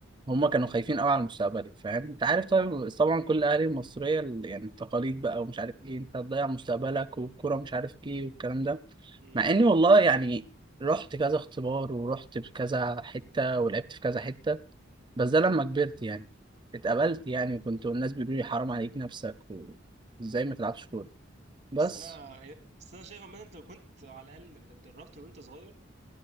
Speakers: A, on the right (about 25°); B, on the right (about 60°).
A: هما كانوا خايفين قوي على مستقبلي فاهم انت عارف طبعا طبعا كل اهالي المصريه ال- يعني التقاليد بقى ومش عارف ايه انت هتضيع مستقبلك والكوره مش عارف ايه والكلام ده
B: امم
A: مع اني والله يعني رحت كذا اختبار ورحت في كذا حته ولعبت في كذا حته بس ده لما كبرت يعني اتقبلت يعني وكنت الناس بيقولوا لي حرام عليك نفسك وازاي ما تلعبش كوره بس
B: بس انا بس انا شايف عامه انت لو كنت على الاقل اتدربت وانت صغير